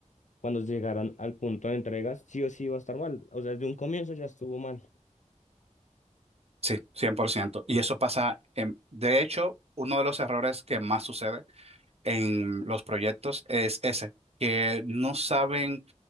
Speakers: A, on the left (about 70°); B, on the right (about 55°).
A: cuando llegaran al punto de entregas, sí o sí iba a estar mal. O sea, desde un comienzo ya estuvo mal.
B: Sí, cien por ciento Y eso pasa, en- de hecho, uno de los errores que más sucede en los proyectos es ese, que no saben.